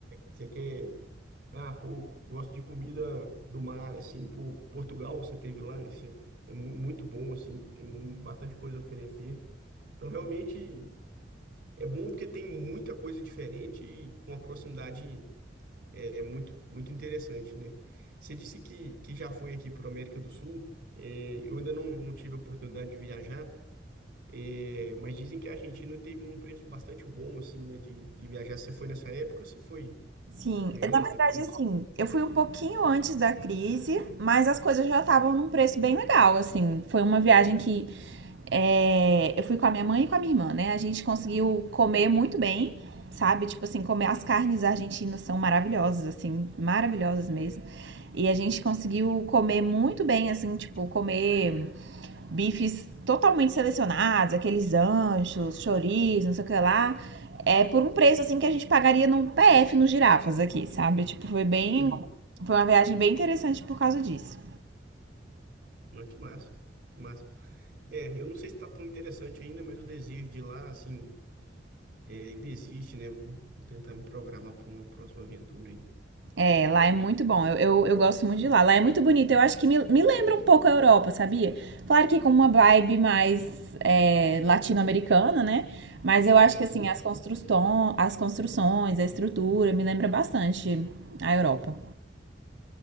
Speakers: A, on the right; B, on the right.
A: Você quer, ah, pô, gosto de comida do mar, assim, pô, Portugal você teve lá, né? Você- é mu- muito bom, assim, tem bastante coisa a oferecer. Então, realmente, é bom porque tem muita coisa diferente e com a proximidade é muito, muito interessante, né? Você disse que, que já foi aqui para a América do Sul. É, eu ainda não, não tive a oportunidade de viajar, é, mas dizem que a Argentina teve num preço bastante bom, assim, né, de, de viajar. Você foi nessa época ou você foi,
B: Sim,
A: foi antes,
B: na verdade,
A: depois?
B: assim, eu fui um pouquinho antes da crise, mas as coisas já estavam num preço bem legal, assim. Foi uma viagem que é, eu fui com a minha mãe e com a minha irmã, né? A gente conseguiu comer muito bem, sabe? Tipo assim, comer as carnes argentinas são maravilhosas, assim, maravilhosas mesmo. E a gente conseguiu comer muito bem, assim, tipo, comer bifes totalmente selecionados, aqueles anchos, chouriços, não sei o que lá, é por um preço assim que a gente pagaria num PF nos girafas aqui, sabe? Tipo, foi bem.
A: Uhum. <laughs>
B: Foi uma viagem bem interessante por causa disso.
A: Ah, que massa, que massa. É, eu não sei se está tão interessante ainda, mas o desejo de ir lá, assim, é, ainda existe, né? Vou tentar me programar para uma próxima aventura aí.
B: É, lá é muito bom. Eu, eu, eu gosto muito de lá. Lá é muito bonito. Eu acho que me, me lembra um pouco a Europa, sabia? Claro que com uma vibe mais é, latino-americana, né? Mas eu acho que assim,
A: Uhum.
B: as, construção, as construções, a estrutura, me lembra bastante a Europa.